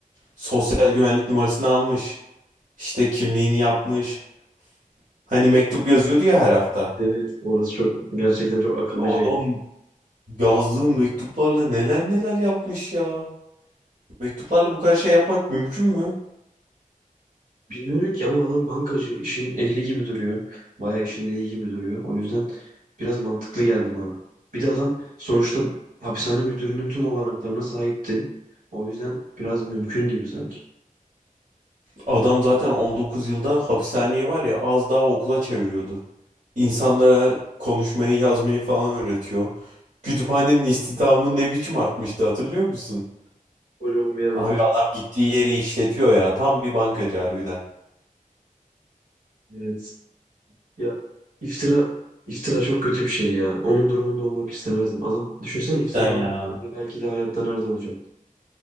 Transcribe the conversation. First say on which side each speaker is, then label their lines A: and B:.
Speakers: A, on the right (about 60°); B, on the right (about 85°).
A: Sosyal güvenlik numarasını almış. İşte kimliğini yapmış. Hani mektup yazıyordu ya her hafta.
B: Evet, evet, orası çok gerçekten çok akıllıcaydı.
A: Ya Adam yazdığı mektuplarla neler neler yapmış ya. Mektuplarla bu kadar şey yapmak mümkün mü?
B: Bilmiyorum ki ama adam bankacı. işin ehli gibi duruyor. Bayağı işinde iyi gibi duruyor. O yüzden biraz mantıklı geldi bana. Bir de adam sonuçta hapishane müdürünün tüm olanaklarına sahipti. O yüzden biraz mümkün gibi sanki.
A: Adam zaten 19 yılda hapishaneyi var ya az daha okula çeviriyordu. İnsanlara konuşmayı, yazmayı falan öğretiyor. Kütüphanenin istihdamı ne biçim artmıştı hatırlıyor musun?
B: Kocaman bir yer olmuştu.
A: Abi adam gittiği yeri işletiyor ya. Tam bir bankacı harbiden.
B: Evet. Ya iftira iftira çok kötü bir şey ya. Onun durumunda olmak istemezdim. Adam düşünsene iftira
A: Cidden
B: almasaydı
A: ya.
B: belki de hayatta nerede olacaktı?